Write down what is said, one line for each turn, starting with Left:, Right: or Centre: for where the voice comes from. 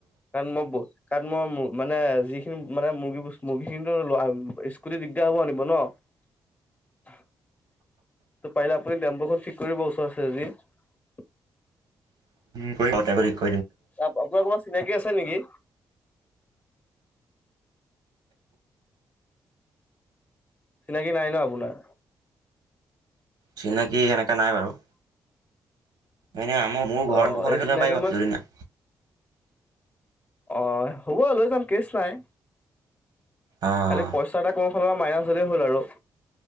Left: কাৰণ মই কাৰণ মই মানে যিখিনি মানে মুৰ্গী মুৰ্গী খিনিতো ল স্কুটি দিগদাৰ হ'ব আনিব ন <unintelligible> ত পাৰিলে আপুনি ডেম্পুখন ঠিক কৰিব ওচৰত আছে আজি
Right: <unintelligible>
Left: আপোনাৰ অমান চিনাকি আছে নেকি চিনাকি নাই ন আপোনাৰ
Right: চিনাকি সেনেককা নাই বাৰু মানে আমাৰ মোৰ ঘৰ
Left: অ'
Right: মুখখন
Left: এই
Right: একেদ
Left: চিনাকি
Right: পাৰা
Left: মাছ
Right: যদি না
Left: অ হ'ব লৈ যাম কেচ নাই
Right: অ',
Left: খালি পইচা এটা কোনো ফালৰ পৰা মাইনাছ হ'লেই হ'ল আৰু